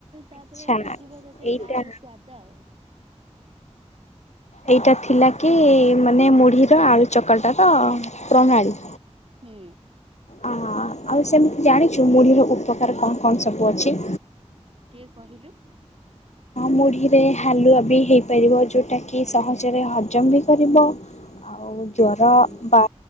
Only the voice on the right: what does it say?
ତାପରେ
ଲାଗିବ ତତେ
ଗାଁର ସ୍ଵାଦ ଆଉ।
ହୁଁ।
ଟିକେ କହିଲୁ।
ହୁଁ